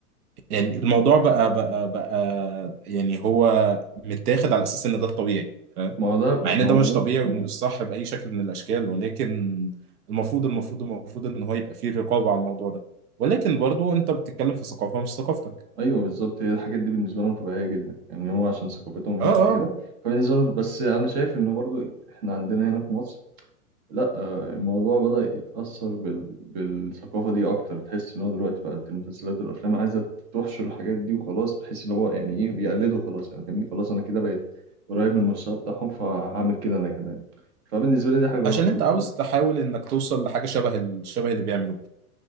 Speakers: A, on the right (about 85°); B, on the right (about 45°).
A: يعني الموضوع بقى بقى بقى يعني هو متاخد على اساس ان ده الطبيعي فاهم
B: ما هو ده
A: مع ان
B: ما
A: ده
B: هو
A: مش بالظبط طبيعي ومش صح باي شكل من الاشكال ولكن المفروض المفروض المفروض ان هو يبقى فيه رقابة على الموضوع ده ولكن برضو انت بتتكلم في ثقافة مش ثقافتك
B: أيوه بالظبط هي الحاجات دي بالنسبة لهم طبيعية جدا يعني هو عشان ثقافتهم هناك
A: اه
B: قليلة
A: اه
B: فبالنسبة لهم بس أنا شايف إنه برضو إحنا عندنا هنا في مصر لا آه، الموضوع بدأ يتأثر بال... بالثقافة دي أكتر تحس إن هو دلوقتي بقت المسلسلات والأفلام عايزة تحشر الحاجات دي وخلاص بحيث إن هو يعني إيه بيقلدوا خلاص يعني فاهمني خلاص أنا كده بقيت قريب من المستوى بتاعهم فهعمل كده أنا كمان فبالنسبة لي دي حاجة غلط
A: عشان
B: أنت
A: انت
B: المفروض
A: عاوز تحاول انك توصل لحاجة شبه ال- شبه اللي بيعملوه